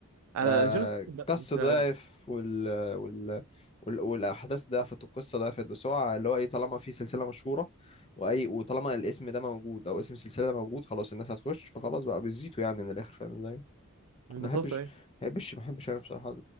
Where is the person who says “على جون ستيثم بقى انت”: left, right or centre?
Right